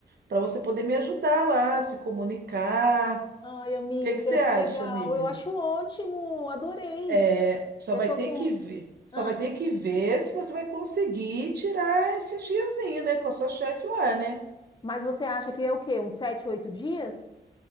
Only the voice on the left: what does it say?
Ai, amiga,
que legal.
Eu acho ótimo, adorei.
Eu
tô
com.
Ah,
mas você acha que é o quê? Uns sete, oito dias?